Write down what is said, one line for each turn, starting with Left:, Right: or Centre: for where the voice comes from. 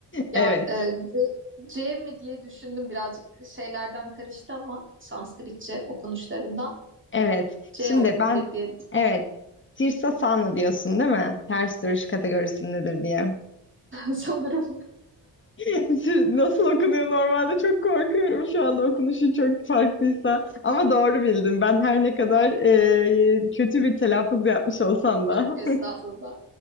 Right: Ya
Left: Evet.
Right: e, C, C mi diye düşündüm birazcık şeylerden karıştı ama Sanskritçe okunuşlarından
Left: Evet.
Right: C
Left: Şimdi
Right: olabilir
Left: ben
Right: diye
Left: evet. Sirsa Sano diyorsun değil mi? Ters duruş kategorisindedir diye.
Right: <laughs> sanırım.
Left: <laughs> Sir- Nasıl okunuyor normalde çok korkuyorum şu anda okunuşu çok farklıysa. Ama doğru bildim. Ben her ne kadar e, kötü bir telaffuz yapmış olsam
Right: Yok
Left: da.
Right: estağfurullah.